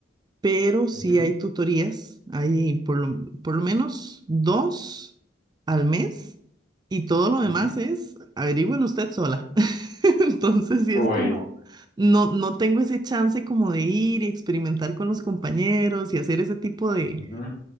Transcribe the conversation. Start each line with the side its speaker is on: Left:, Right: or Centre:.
Right: pero sí
Left: ujú,
Right: hay tutorías, hay por lo, por lo menos dos al mes y todo lo
Left: ujú.
Right: demás es averígüelo usted sola. <laughs> Entonces sí
Left: Uy.
Right: es como, no, no tengo ese chance como de ir y experimentar con los compañeros y hacer ese tipo de,
Left: ujú,